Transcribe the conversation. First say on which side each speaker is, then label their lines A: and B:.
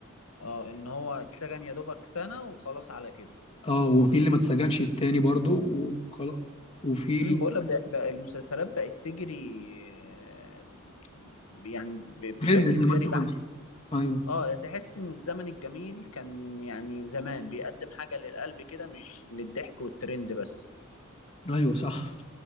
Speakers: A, on the left; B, on the left.
A: اه إن هو اتسجن يا دوبك سنة وخلاص على كده
B: اه وفي اللي ما اتسجنش التاني برضو وخلاص وفي
A: امم
B: ال-
A: بقول لك بقى بقى المسلسلات بقت تجري آه، يعني ب- بشكل
B: هند زي
A: تجاري
B: ما انت قلت
A: بحت
B: ايوه
A: اه تحس ان الزمن الجميل كان يعني زمان بيقدم حاجة للقلب كده مش للضحك والترند بس
B: ايوه صح